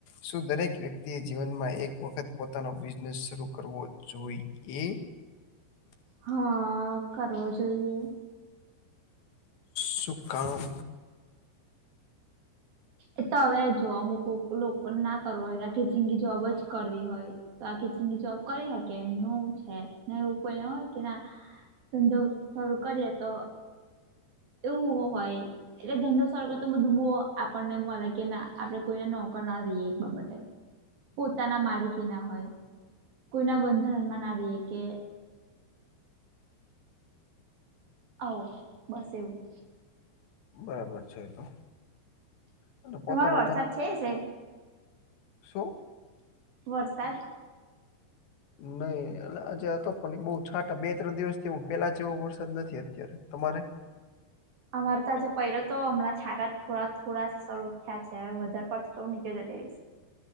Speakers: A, on the left; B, on the right.
A: શું દરેક વ્યક્તિ એ જીવનમાં એક વખત પોતાનો બિઝનેસ શરૂ કરવો જોઈ એ?
B: હા કરવો જોઈએ.
A: સુ કામ?
B: એ તો હવે જો અમુક કો લોકોને ના કરવો હોય, આખી જિંદગી જોબ જ કરવી હોય. તો આખી જિંદગી જોબ કરી હકે, એમનું છે ને એવું કોઈને હોય કે ના ધંધો, શરૂ કરીએ તો એવુંવ હોય. એટલે ધંધો સર કર તો બધું બો આપણને મલે કે ના આપડે કોઈને નોકર ના રઈએ એક બાબતે. પોતાના માલિકી ના હોય. કોઈના બંધારણમાં ના રહીએ કે આવુ, બસ એવું.
A: બરાબર છે એ તો. અને
B: તમારો
A: પોતાનો
B: વરસાદ છે સે
A: શુ?
B: વરસાદ.
A: નહી એલ આજે હતો પણ બહુ છાંટા બે ત્રણ દિવસથી એવું પેલા જેવો વરસાદ નથી અત્યારે. તમારે?
B: અમારે તો આજે પઈરો તો, હમણાં છાતા જ થોડા થોડા શરૂ થ્યા છે, વધારે પડશે તો હું નીચે જતી રઈસ.